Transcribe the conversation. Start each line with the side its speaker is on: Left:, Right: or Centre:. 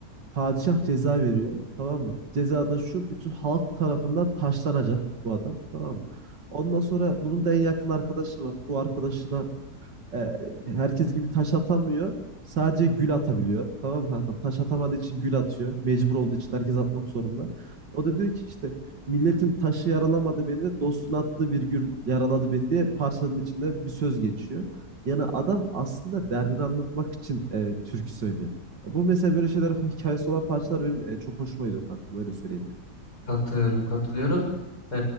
Right: padişah ceza veriyor. Tamam mı? Ceza da şu bütün halk tarafından taşlanacak bu adam. Tamam mı? Ondan sonra bunun da en yakın arkadaşı var. Bu arkadaşı da e, herkes gibi taş atamıyor. Sadece gül atabiliyor. Tamam mı kankam? Taş atamadığı için gül atıyor. Mecbur olduğu için herkes atmak zorunda. O da diyor ki işte milletin taşı yaralamadı beni, dostun attığı bir gül yaraladı beni diye parçanın içinde bir söz geçiyor. Yani adam aslında derdini anlatmak için e, türkü söylüyor. Ya Bu mesela böyle şeyler hikayesi olan parçalar benim e, çok hoşuma gidiyor kankam. Öyle söyleyeyim
Left: Katılıyorum, katılıyorum. Ee,